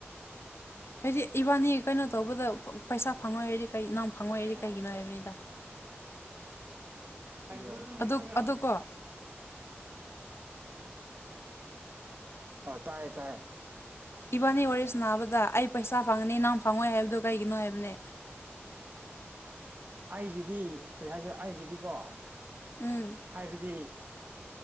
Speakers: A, on the left; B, on the right.
A: ꯍꯥꯏꯗꯤ ꯏꯕꯥꯅꯤ ꯀꯩꯅꯣ ꯇꯧꯕꯗ ꯄꯩꯁꯥ ꯐꯪꯉꯣꯏꯏꯔꯗꯤ ꯀꯩ ꯅꯪ ꯐꯪꯉꯣꯏꯏꯔꯗꯤ
B: ꯑꯥ
A: ꯀꯩꯒꯤꯅꯣ ꯍꯥꯏꯕꯅꯤꯗ
B: ꯑꯩ ꯑꯗꯨꯅꯤꯁꯃꯦ
A: ꯑꯗꯨ ꯑꯗꯨꯀꯣ
B: ꯑ ꯑ ꯇꯥꯏ ꯇꯥꯏ
A: ꯏꯕꯥꯅꯤ ꯋꯥꯔꯤ ꯁꯅꯥꯕꯗ ꯑꯩ ꯄꯩꯁꯥ ꯐꯪ ꯪꯅꯤ ꯅꯍ ꯐꯪꯉꯣꯏ ꯍꯥꯏꯕꯗꯣ ꯀꯩꯒꯤꯅꯣ ꯍꯥꯏꯕꯅꯦ
B: ꯑꯩꯒꯤꯗꯤ ꯀꯔꯤ ꯍꯥꯏꯁꯦ ꯑꯩꯒꯤꯗꯤꯀꯣ
A: ꯎꯝ
B: ꯍꯥꯏꯕꯗꯤ